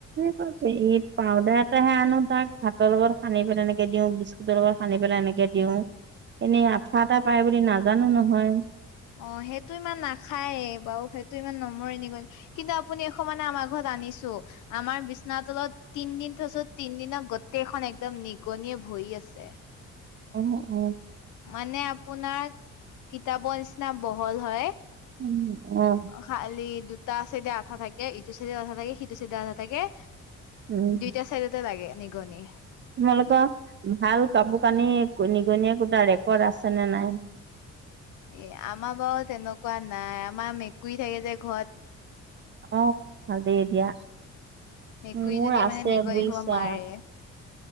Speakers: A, on the right; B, on the left.
A: কছে এই পাউদাৰ এটাহে আনো তাক ভাতৰ লগত সানি পেলাই এনেকে দিওঁ। বিস্কুটৰ লগত সানি পেলাই এনেকে দিওঁ। এনেই আঠা এটা পায় বুলি নাজানো নহয়।
B: অ সেইটো ইমান নাখায় বাৰু সেইটো ইমান নমৰে নিগনি ।কিন্তু আপুনি এখনানে আমাৰ ঘৰত আনিছো ।আমাৰ বিচনা তলত তিন দিন থৈছো তিন দিনত গোটেইখন একদম নিগনিয় ভৰি আছে।
A: অ অ
B: মানে আপোনাৰ কিতাপৰ নিচিনা বহল হয়।
A: উম অ
B: খালি দু দুটা চাইডে আঠা থাকে ইটো চাইডে আঠা থাকে সিটো চাইডে আঠা থাকে।
A: উম
B: দুইটা চাইডতে লাগে। নিগনি
A: তোমালোকৰ ভাল কাপোৰ কানি নিগনিয়ে কোটা ৰেকৰ্ড আছে নে নাই?
B: এ আমাৰ বাৰু তেনেকুৱা নাই আমাৰ মেকুৰী থাকে যে ঘৰত
A: অ ভাল দে দিয়া।
B: মেকুৰীজনীয়ে
A: মোৰ আছে
B: মানে নিগনি
A: বুজিছা
B: সোপা মাৰে